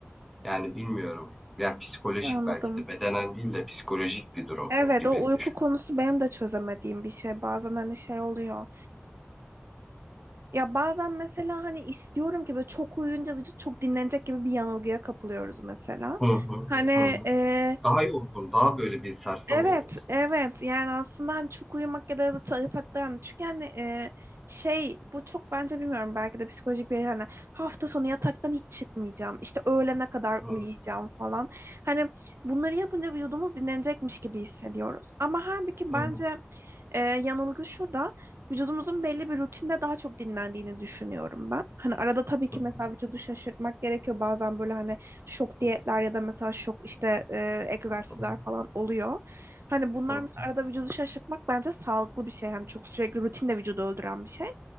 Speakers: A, in the centre; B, on the right.
A: Yani bilmiyorum. Yani psikolojik
B: Anladım.
A: belki de bedenen değil de psikolojik bir durum
B: Evet,
A: gibi
B: o uyku
A: düşün.
B: konusu benim de çözemediğim bir şey. Bazen hani şey oluyor. Ya bazen mesela hani istiyorum ki böyle çok uyuyunca vücut çok dinlenecek gibi bir yanılgıya kapılıyoruz mesela.
A: Hı hı,
B: Hani
A: hı hı.
B: e,
A: Daha yorgun, daha böyle bir sersem
B: evet
A: oldum sanırım.
B: evet yani aslında hani çok uyumak ya da ta- yatakta yani çünkü hani e, şey bu çok bence bilmiyorum belki de psikolojik bir hani hafta sonu yataktan hiç çıkmayacağım işte öğlene kadar
A: Hı
B: uyuyacağım falan. Hani bunları yapınca vücudumuz dinlenecekmiş gibi hissediyoruz ama halbuki
A: hı,
B: bence ee, yanılgı şurada. Vücudumuzun belli bir rutinde daha çok dinlendiğini düşünüyorum ben. Hani arada tabii ki
A: hı
B: mesela vücudu şaşırtmak gerekiyor. Bazen böyle hani şok diyetler
A: hı,
B: ya da mesela şok işte e, egzersizler
A: hı
B: falan oluyor. Hani bunlar
A: hı,
B: mesela arada vücudu şaşırtmak bence sağlıklı bir şey. Hani çok sürekli rutinde vücudu öldüren bir şey.